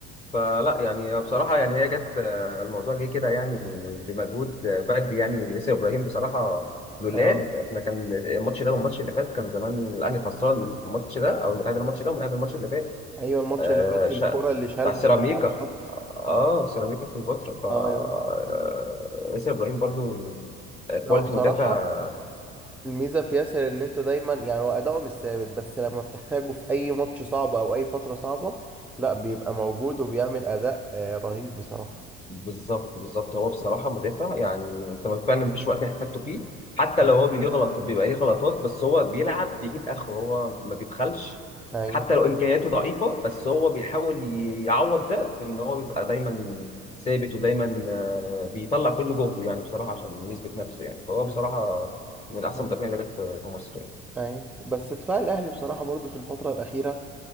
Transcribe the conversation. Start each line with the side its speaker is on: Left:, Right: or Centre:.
Left: فلا يعني بصراحة يعني هي جت آه، الموضوع جه كده يعني بمجهود آه، فردي يعني ياسر إبراهيم بصراحة لولا
Centre: اه
Left: احنا كان الماتش ده والماتش اللي فات كان زمان الأهلي خسران الماتش ده أو متعادل الماتش ده ومتعادل الماتش اللي فات
Centre: ايوه الماتش
Left: آه
Centre: اللي فات
Left: شا-
Centre: الكرة اللي شالها
Left: بتاع سيراميكا
Centre: من على الخط
Left: اه سيراميكا كليوباترا ف آه،
Centre: اه يلا.
Left: ياسر إبراهيم برضو
Centre: لا
Left: كواليتي
Centre: بصراحة
Left: مدافع
Centre: الميزة في ياسر ان انت دايما يعني هو اداؤه مش ثابت بس لما بتحتاجه في اي ماتش صعب او اي فترة صعبة لا بيبقى موجود وبيعمل اداء آه، رهيب بصراحة
Left: بالظبط بالظبط هو بصراحة مدافع يعني انت ما- فعلا مفيش وقت احتاجته فيه حتى
Centre: اه
Left: لو هو ليه غلط بيبقى ليه غلطات بس هو بيلعب بيجيب اخره هو ما بيبخلش
Centre: ايوه
Left: حتى لو امكانياته ضعيفة بس هو بيحاول ي- يعوض ده في ان هو بيبقى دايما ثابت ودايما آه، بيطلع كل جهده يعني بصراحة عشان يثبت نفسه يعني فهو بصراحة
Centre: بس
Left: من احسن
Centre: آه.
Left: المدافعين اللي جت في في مصر يعني
Centre: ايوه بس دفاع الاهلي بصراحه برضو في الفتره الاخيره